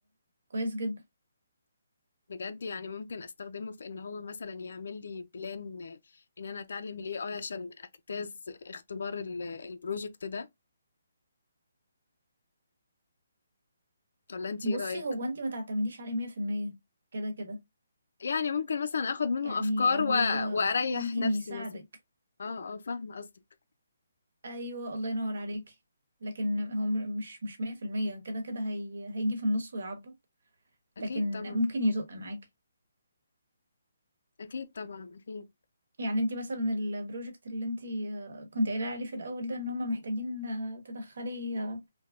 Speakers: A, on the right; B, on the left.
A: كويس جدا
B: بجد يعني ممكن استخدمه في ان هو مثلا يعمل لي بلان ان انا اتعلم الاي اي عشان اجتاز اختبار ال- البروجكت ده ولا انت
A: بصي
B: ايه رايك
A: هو انت ما تعتمديش عليه مية في المية كده كده
B: يعني ممكن مثلا اخد منه
A: يعني
B: افكار و...
A: هو
B: واريح
A: ممكن
B: نفسي
A: يساعدك
B: مثلا اه اه فاهمه قصدك
A: ايوه الله ينور عليك لكن هو م- مش مش مية في المية كده كده هي هيجي في النص ويعبط
B: اكيد
A: لكن
B: طبعا
A: ممكن يزق معاكي
B: اكيد طبعا اكيد
A: يعني انت مثلا البروجكت اللي انت كنت قايله عليه في الاول ده ان هم محتاجين آه، تدخلي آه،